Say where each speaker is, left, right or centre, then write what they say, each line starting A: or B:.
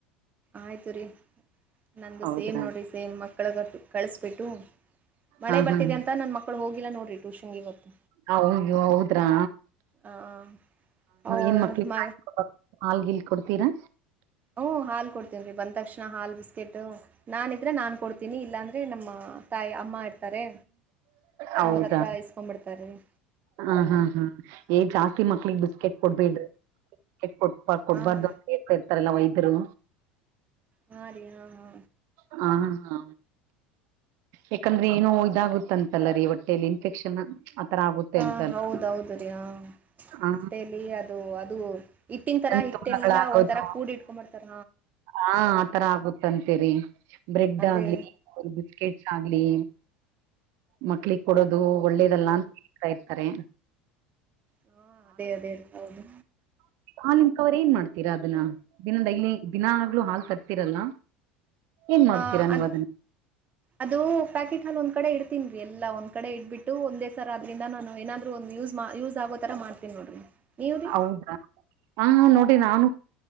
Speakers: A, on the right; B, on the right.
A: ಆಯಿತು ರೀ ನಂದು
B: ಹೌದ್ರಾ
A: ಸೇಮ್ ನೋಡಿರಿ ಸೇಮ್ ಮಕ್ಕಳಗು ಕಳಿಸ್ಬಿಟ್ಟು. ಮಳೆ
B: ಹಾ
A: ಬರ್ತಿದೆ
B: ಹಾ
A: ಅಂತ ನನ್ ಮಕ್ಕಳು ಹೋಗಿಲ್ಲ ನೋಡ್ರಿ ಟೂಷನ್ ಇವತ್ತು.
B: ಹೌದ ಹೌದ್ರಾ
A: ಹಾಂ ಓ
B: ಏನ್ ಮಕ್ಳಿಗೆ
A: ಮ
B: <unintelligible> ಹಾಲ್ಗಿಲ್ ಕೊಡ್ತೀರಾ.
A: ಹ್ ಹಾಲ್ ಕೊಡ್ತೀನ್ ರೀ ಬಂದ ತಕ್ಷಣ ಹಾಲ್ ಬಿಸ್ಕೆಟ್ ನಾನ್ ಇದ್ರೆ ನಾನ್ ಕೊಡ್ತೀನಿ ಇಲ್ಲಾಂದ್ರೆ. ರೀ ನಮ್ಮ ತಾಯಿ ಅಮ್ಮ ಇರ್ತಾರೆ
B: ಹೌದಾ
A: ಅವ್ರ ಹತ್ರ ಇಸ್ಕೊಂಡ್ಬಿಡ್ತಾರೆ ರಿ.
B: ಹ ಹ್ಮ್ ಹ್ಮ ಹೆ ಜಾಸ್ತಿ ಮಕ್ಕಳಿಗ್ ಬಿಸ್ಕೆಟ್ ಕೊಡ್ಬೇಡ ರಿ. ಕೊಬ ಕೊಡ್ಬಾರ್ದು
A: ಹಾಂ
B: ಹೇಳ್ತಾ ಇರ್ತಾರಲ್ಲ ವೈದ್ಯರು.
A: ಹಾ ರೀ ಹಾ ಹಾ.
B: ಹ ಹಾ. ಯಾಕಂದ್ರೆ ಏನೋ ಇದಾಗುತ್ತಂತಲ್ಲ ರೀ ಹೊಟ್ಟೇಲಿ ಇನ್ಫೆಕ್ಷನ್. ಆತರ ಆಗುತ್ತೆ
A: ಹಾ
B: ಅಂತಲ್ಲ
A: ಹೌದು ಹೌದು ರೀ ಅ
B: ಹ
A: ಹೊಟ್ಟೇಲಿ ಅ ಅದು ಇಟ್ಟಿನ ತರ
B: ಜಂತುಗಳಾಗೋದು
A: ಇಟ್ಟೆಲ್ಲಾ ಒಂದ ತರ ಕೂಡಿ ಇಟ್ಕೊಂಬಡ್ತಾರ.
B: ಹಾ ಆತರ ಆಗುತ್ತೆ ಅಂತೆ ರೀ ಬ್ರೆಡ್
A: ಅದೇ
B: ಆಗ್ಲಿ ಅವ ಬಿಸ್ಕೆಟ್ಸ್ ಆಗ್ಲಿ. ಮಕ್ಕಳಿಗ್ ಕೊಡೋದು ಒಳ್ಳೇದಲ್ಲ ಅಂತ ಹೇಳ್ತಾ ಇರ್ತಾರೆ.
A: ಹಾ ಅದೇ ಅದೇ ಹೌದು.
B: ಹಾಲಿನ್ ಕವರ್ ಏನ್ ಮಾಡ್ತೀರಾ ಅದನ್ನ ಇನ್ನ ಡೈಲಿ ದಿನಾಗ್ಲೂ ಹಾಲ್ ತರ್ತಿರಲ್ಲ. ಏನ್ ಮಾಡ್ತೀರಾ
A: ಆ ಅದ.
B: ನೀವ್ ಅದನ್ನ
A: ಅದು ಪ್ಯಾಕೆಟ್ ನ ಒಂದ್ ಕಡೆ ಇಡ್ತೀನಿ ರ ಎಲ್ಲ ಒಂದ್ ಕಡೆ ಇಟ್ಬಿಟ್ಟು ಒಂದೇ ಸರ ಅದ್ರಿಂದ ನಾನು ಏನಾದರೂ ಒಂದು ಯಸ್ ಮಾ ಯೂಸ ಮ ಸ ಆಗೋತರ ಮಾಡ್ತನಿ ನೋಡ್ರಿ. ನೀವು ರೀ
B: ಹೌದಾ ಹಾ ನೋಡಿರಿ ನಾನು